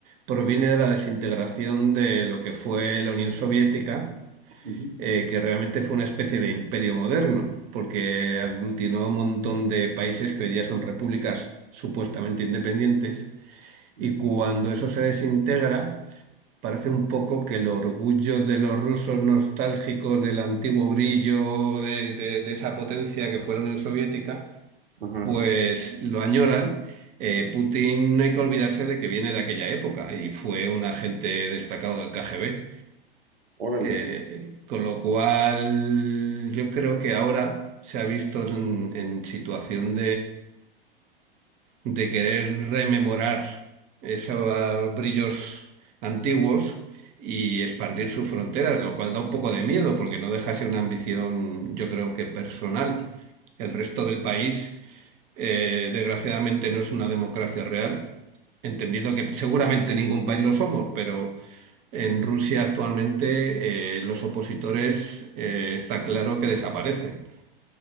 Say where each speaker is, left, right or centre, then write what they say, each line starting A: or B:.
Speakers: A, on the right (about 25°); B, on the right (about 85°).
A: proviene de la desintegración de lo que fue la Unión Soviética,
B: Ujú,
A: eh, que realmente fue una especie de imperio moderno, porque aglutinó a un montón de países que hoy día son repúblicas supuestamente independientes.
B: ujú.
A: Y cuando eso se desintegra Parece un poco que el orgullo de los rusos nostálgicos del antiguo brillo de, de- de esa potencia que fue la Unión Soviética,
B: Ajá,
A: pues lo añoran. Eh, Putin no hay que olvidarse de que viene de aquella época y fue un agente destacado del KGB.
B: órale,
A: Eh, con lo cual, yo creo que ahora se ha visto en en situación de querer rememorar esos brillos antiguos y expandir sus fronteras, lo cual da un poco de miedo porque no deja de ser una ambición, yo creo que personal. El resto del país, eh, desgraciadamente, no es una democracia real, entendiendo que seguramente ningún país lo somos, pero en Rusia actualmente eh, los opositores eh, está claro que desaparecen.